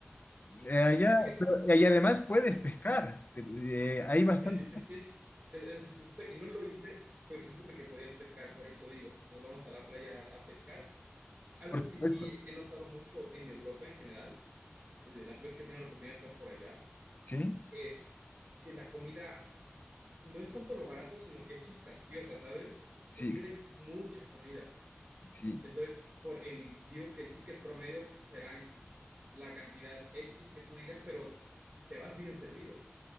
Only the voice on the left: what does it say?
Eh, allá,
pero- y además puedes pescar. Te- eh, hay
bastante,
por supuesto.
Sí,
sí,
sí.